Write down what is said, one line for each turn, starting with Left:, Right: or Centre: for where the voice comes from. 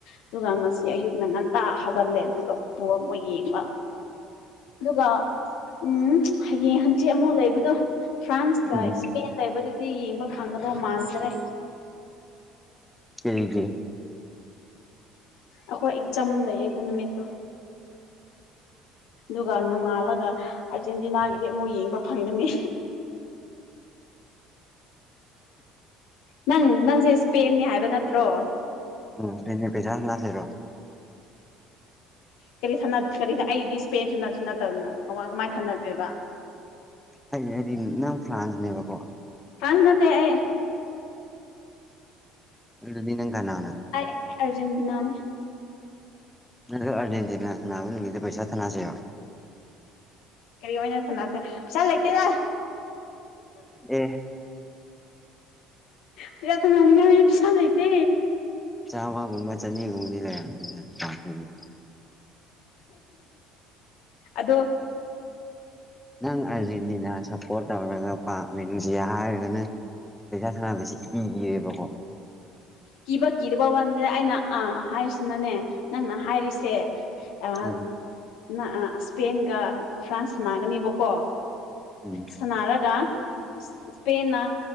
Left: ꯑꯗꯨꯒ ꯉꯁꯤ ꯑꯌꯨꯛꯅ ꯉꯟꯇꯥ ꯍꯧꯒꯠꯂꯦ ꯑꯗꯨꯒ ꯄꯣꯜ ꯑꯃꯨꯛ ꯌꯦꯡꯕ ꯑꯗꯨꯒ ꯎꯝ ꯍꯌꯦꯡ ꯍꯟꯆꯤꯠ ꯑꯃꯨꯛ ꯂꯩꯕꯗꯣ ꯐ꯭ꯔꯥꯟꯁꯀ
Centre: ꯎꯝ
Left: ꯏꯁꯄꯦꯟ ꯂꯩꯕꯗꯨꯗꯤ ꯌꯦꯡꯕ ꯐꯪꯒꯗꯧ ꯃꯥꯟꯗ꯭ꯔꯦ
Centre: ꯀꯩꯒꯤ
Left: ꯑꯩꯈꯣꯏ ꯑꯦꯛꯖꯥꯝ ꯂꯩꯌꯦ ꯑꯗꯨ ꯅꯨꯃꯤꯠꯇꯣ ꯑꯗꯨꯒ ꯅꯣꯡꯉꯥꯜꯂꯒ ꯑꯥꯔꯖꯦꯟꯇꯤꯅꯥꯒꯤꯗꯤ ꯑꯃꯨꯛ ꯌꯦꯡꯕ ꯐꯪꯒꯅꯤ ꯅꯪ ꯅꯪꯁꯦ ꯏꯁꯄꯦꯟꯅꯤ ꯍꯥꯏꯕ ꯅꯠꯇ ꯇ꯭ꯔꯣ
Centre: ꯎꯝ ꯏꯁꯄꯦꯏꯟ ꯄꯩꯁꯥ ꯍꯟꯅꯥꯁꯤꯔꯣ
Left: ꯀꯔꯤ ꯀꯔꯤ ꯑꯩꯗꯤ ꯏꯁꯄꯦꯟꯁꯨ ꯅꯁꯨ ꯅꯠꯇꯕꯅ ꯀꯃꯥꯏ ꯀꯃꯥꯏꯅ ꯊꯥꯟꯅꯗꯣꯏꯕ
Centre: ꯍꯥꯏꯗꯤ ꯍꯥꯏꯗꯤ ꯅꯪ ꯐ꯭ꯔꯥꯟꯁꯅꯦꯕꯀꯣ
Left: ꯍꯥꯟꯅꯠꯇ ꯑꯦ
Centre: ꯑꯗꯨꯗꯤꯅꯪ ꯀꯥꯟꯅꯥꯅ
Left: ꯑꯩ ꯑꯔꯖꯦꯟꯇꯤꯅꯥꯅꯦ
Centre: ꯅ ꯑꯥꯔꯖꯦꯟꯇꯤꯅꯥ ꯁꯅꯥꯅꯕ ꯅꯨꯃꯤꯠꯇꯗ ꯄꯩꯁꯥ ꯊꯥꯟꯅꯖꯔꯣ꯫
Left: ꯀꯔꯤ ꯑꯣꯏꯅ ꯊꯅꯥꯁꯦ ꯄꯩꯁꯥ ꯂꯩꯇꯦꯔ
Centre: ꯑꯦ
Left: ꯄꯔꯇꯩ <unintelligible> ꯅꯅꯤꯌꯥ ꯄꯩꯁꯥ ꯂꯩꯇ
Centre: ꯆꯥꯝꯃꯒꯨꯝꯕ ꯆꯅꯤꯒꯨꯝꯕꯗꯤ ꯂꯩꯔꯕꯝꯅꯤꯅ
Left: ꯑꯗꯣ
Centre: ꯅꯪ ꯑꯔꯖꯦꯟꯇꯤꯅꯥ ꯁꯄꯣꯔꯠ ꯇꯧꯔꯒ ꯄꯥꯅꯨꯡꯁꯤ ꯍꯥꯏꯔꯒꯅ ꯄꯩꯁꯥ ꯁꯥꯟꯅꯕꯁꯤ ꯀꯤꯔꯦꯕꯀꯣ
Left: ꯀꯤꯕ ꯀꯤꯔꯕ ꯋꯥꯟꯗ꯭ꯔꯦ ꯑꯩꯅ ꯑꯥ ꯍꯥꯏꯁꯤꯅꯅꯦ ꯅꯪꯅ ꯍꯥꯏꯔꯤꯁꯦ ꯑꯥ
Centre: ꯎꯝ
Left: ꯅ ꯑꯥ ꯏꯁꯄꯦꯟꯒ ꯐ꯭ꯔꯥꯟꯁ ꯅꯥꯒꯅꯦꯕꯀꯣ
Centre: ꯎꯝ
Left: ꯁꯥꯟꯅꯔꯒ ꯏꯁꯄꯦꯟꯅ